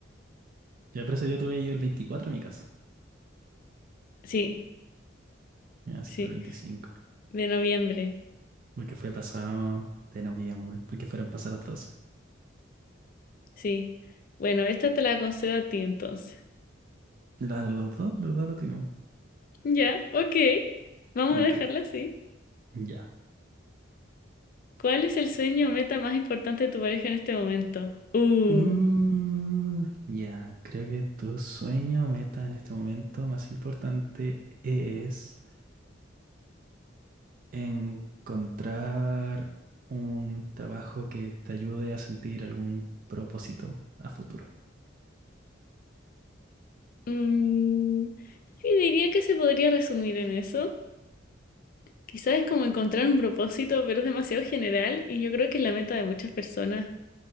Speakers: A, on the right; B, on the left.
A: Ya, pero ese día tuve yo el 24 a mi casa.
B: Sí,
A: Y así
B: sí,
A: fue el 25.
B: de noviembre.
A: Porque fue pasado de noviembre. Porque fueron pasadas las doce.
B: Sí. Bueno, esta te la concedo a ti entonces.
A: La- los dos, los dos lo tuvimos.
B: Ya, ok. Vamos
A: Ok,
B: a dejarla así.
A: ya.
B: ¿Cuál es el sueño o meta más importante de tu pareja en este momento? Uh.
A: Uh, ya, creo que tu sueño, meta en este momento más importante es... Encontrar un trabajo que te ayude a sentir algún propósito a futuro.
B: mm, sí, diría que se podría resumir en eso. Quizás es como encontrar un propósito, pero es demasiado general y yo creo que es la meta de muchas personas